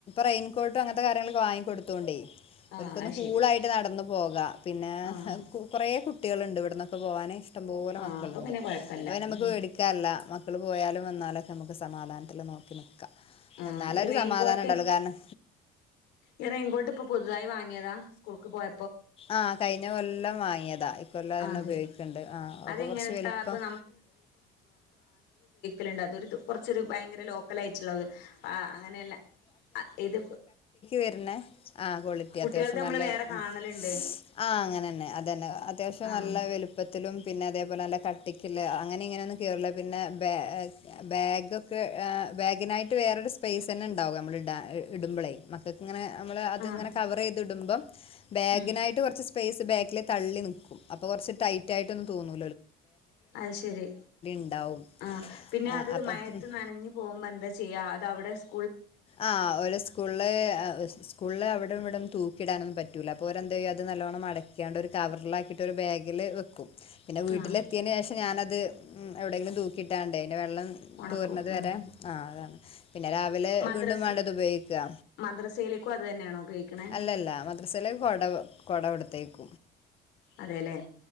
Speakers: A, on the left (about 30°); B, on the left (about 70°).
A: റെയിൻ ക്കോട്ടും അങ്ങനത്തെ കാര്യങ്ങളൊക്ക വാങ്ങി കൊടുക്കണ്ടേ
B: ആഹ്
A: ഒക്കൊന്ന്
B: അത്
A: കൂളായിട്ട്
B: ശരി
A: നടന്ന പോകാം പിന്നെ
B: ആഹ്
A: കുറെ കുട്ടികളുണ്ട് ഇവിടന്നൊക്കെ പോകാനാന് ഇഷ്ടംപോലെ
B: ആഹ്
A: മക്കളുണ്ട്
B: അപ്പൊ പിന്നെ കൊഴപ്പല്ല
A: അതു നമുക്ക്
B: ഉം
A: പേടിക്കാനില്ല മക്കള് പോയാലും വന്നാലൊക്കെ നമുക്ക് സമാധാനം അല്ല നോക്കിന
B: ആഹ്
A: എന്നാലൊരു
B: ഈ റെയിൻകോട്ട്
A: സമാധാനം ഉണ്ട കാരണം
B: ഈ റൈൻകോട്ട് ഇപ്പൊ പുതുതായി വാങ്ങിയതാ സ്കൂൾക്ക് പോയ
A: ആഹ് കഴിഞ്ഞ കൊല്ലം വാങ്ങിയതാ ഈ കൊല്ലം അത് തന്നെ
B: അതെ
A: ഉപയോഗിക്കണ്ട് ആഹ് അപ്പൊ
B: അതെങ്ങനത്താ
A: കൊറച്ചു വലിപ്പം
B: ഇപ്പൊ ലുണ്ട് അതൊരു കുറച്ചൊരു ഭയങ്കര ലോ മക്കലായിട്ടുള്ളത് ആഹ് അങ്ങനെയല്ല ഇത്
A: വരുന്നേ ആഹ് ക്വാളിറ്റി
B: കുട്ടികൾത്
A: അത്യാവശ്യം
B: നമ്മള്
A: നല്ലൊരു
B: വേറെ
A: ആഹ്
B: കാണലുണ്ട്
A: ആ അങ്ങനെ തന്നെ അതന്നെ അത്യാവശ്യം
B: ആഹ്
A: നല്ല വലുപ്പ ത്തിലും പിന്നെ അതേപോലെ നല്ല കട്ടിക്ക അങ്ങനെ ഇങ്ങനൊന്നും കീറുല്ല പിന്നെ ബാഗ് ബാഗൊക്കെ ബാഗിനായി വേറൊരു സ്പേസ് തന്നെ ഉണ്ടാവും നമ്മൾ ഇടാൻ ഇടുമ്പളെ മക്കൾക്ക് ഇങ്ങനെ നമ്മള് അതിങ്ങനെ
B: ആഹ്
A: കവറ് ചെയ്തു ടുമ്പം ബാഗിനായിട്ട്
B: ഉം
A: കുറച്ച് സ്‌ സ്പേസ് ബാക്കില് തള്ളി നിൽക്കും അപ്പോൾ കുറച്ച് ടൈറ്റ് ആയിട്ടൊന്നും തോന്നു
B: അത് ശരി
A: ഉണ്ടാവും
B: ആഹ് പിന്നെ
A: ആഹ്
B: അത്
A: അപ്പം
B: മയത്ത്
A: ഉം.
B: നനഞ്ഞു പോകുമ്പോ എന്താ ചെയ്യാ അതവിടെ സ്‌
A: ആഹ് ഒരു സ്കൂളില് ആ സ്കൂളില് അവിടെം ഇവിടെം തൂക്കു കിടാനൊന്നും പറ്റില്ല അപ്പോൾ ഒരെന്തുചെയ്യും അത് നല്ലവണ്ണം മടക്കിയാണ്ട് ഒരു കവറിലാക്കിട്ട് ഒരു ബാഗില് വെക്കും പിന്നെ വീട്ടിലെത്തിയെന്
B: ആഹ്
A: ശേഷം ഞാനത് ഉമ് എവിടെങ്കിലും തുക്കിട്ടാണ്ടെ വെള്ളം
B: ഒണക്കും
A: തോരുന്നത് വരെ
B: ആഹ്
A: ആ അതാണ് പിന്നെ രാവിലെ
B: മദ്രസ്
A: വീണ്ടും വേണ്ടത് ഉപയോഗിക്കുക
B: മദ്രസയിലേക്കും അത് തന്നെയാണോ ഉപയോഗിക്കണേ
A: അല്ലല്ല മദ്രസയില് കൊട കൊടുത്തയ്ക്കും
B: അതെല്ലേ